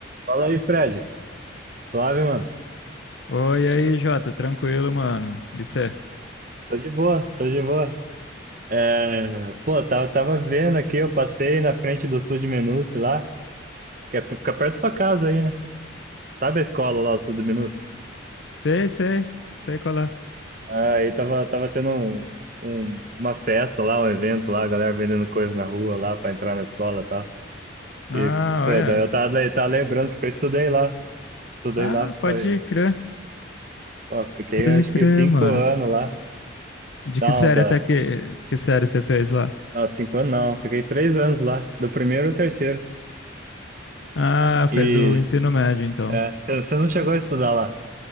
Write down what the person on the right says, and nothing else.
Fala aí, Fred. Suave, mano.
Tô de boa, tô de boa. É, pô, tava, tava vendo aqui, eu passei na frente do Sul de Menuce lá, que é, fica perto da sua casa aí, né? Sabe a escola lá, o Sul de Menuce?
Aí tava, tava tendo um, um- uma festa lá, um evento lá, a galera vendendo coisa na rua lá pra entrar na escola e tal.
E, pô,
daí eu tava, le- tava lembrando, porque eu estudei lá. Estudei
lá,
foi.
Ó, fiquei
acho
que cinco
anos lá.
Não,
da,
não, cinco anos não. Fiquei três anos lá, do primeiro ao terceiro.
e
É, você você não chegou a estudar lá.